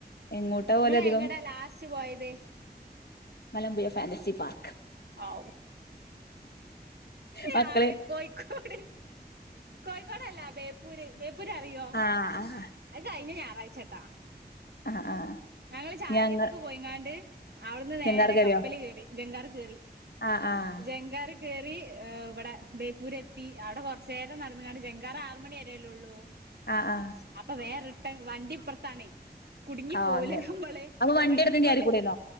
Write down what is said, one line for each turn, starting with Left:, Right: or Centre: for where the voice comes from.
Left: എങ്ങോട്ടാ പോവല്
Right: നിങ്ങളെ
Left: അധികം
Right: എങ്ങടാ ലാസ്റ്റ് പോയത്.
Left: Malampuzha fantasy park.
Right: ആ ഞാന്
Left: മക്കള്
Right: കോയിക്കോട്. കോയ്ക്കോട് അല്ല ബേപ്പൂര്. ബേപ്പൂര് അറിയോ
Left: ആഹ ആ
Right: അത് കഴിഞ്ഞ ഞായറാഴ്ചേട്ടാ
Left: ആഹ് ആഹ്
Right: ഞങ്ങള് ചാലിയത്തേക്ക്
Left: ഞങ്ങൾ
Right: പോയിങ്ങാണ്ട്. അവിടുന്ന്
Left: ചെങ്കാർ
Right: നേരെ
Left: കേറിയോ
Right: കപ്പല് കേറി ജങ്കാർ കറി
Left: ആഹ് ആഹ്
Right: ജങ്കാർകേറി കയറി ഇവിടെ ബേപ്പൂര്ത്തി അവിടെ കുറച്ച നേരം നടന്നകാണ്ട് ജെങ്കാറ ആറ മണി വരല്ലേ ഉള്ളൂ.
Left: ആ ആ
Right: അപ്പൊ വേറെ റിട്ടൺ വണ്ടി ഇപ്പുറത്താണേ കുടുങ്ങി
Left: ഓഹ്
Right: പോകലേ
Left: അങ്ങനെ
Right: നമ്മള്
Left: അപ്പൊ വണ്ടി
Right: വണ്ടിയും
Left: എടുക്കും കേറിക്കൂടേന്നോ
Right: കൊണ്ട്